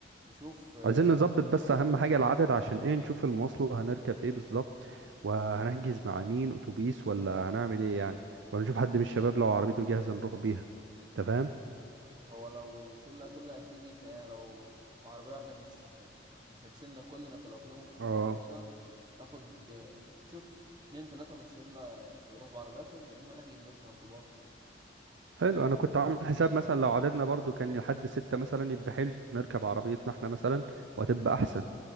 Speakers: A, on the right (about 25°); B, on the right (about 80°).
A: نشوف
B: عايزين نظبط بس اهم حاجة العدد عشان ايه نشوف المواصلة هنركب ايه بالظبط وهنحجز مع مين اتوبيس ولا هنعمل ايه يعني ولا نشوف حد من الشباب لو عربيته جاهزة نروح بيها انت فاهم
A: هو لو الشلة كلها هتيجي فهي لو عربية واحدة مش هت... مش هتشيلنا كلنا فلو كده ممكن
B: اه
A: نروح مثلا ناخد نشوف اتنين تلاتة من الشلة يروحوا بعربياتهم يا إما نحجز مثلا في باص
B: حلو
A: أيوة تبقى
B: انا كنت عامل حساب مثلا لو عددنا برضو كان لحد ستة مثلا يبقى حلو نركب عربيتنا احنا مثلا وهتبقى احسن